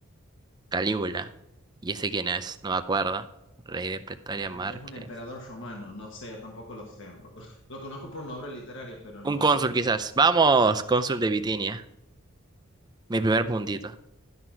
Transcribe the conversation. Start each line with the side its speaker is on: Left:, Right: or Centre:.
Right: Calígula. ¿Y ese quién es? No me acuerdo. Rey de Pretoria
Left: Ay,
Right: Márquez.
Left: es un emperador romano, no sé, yo tampoco lo sé. Lo, co- <laughs> lo conozco por una obra literaria, pero no.
Right: Un cónsul quizás. Vamos, cónsul de Bitinia. Mi primer puntito.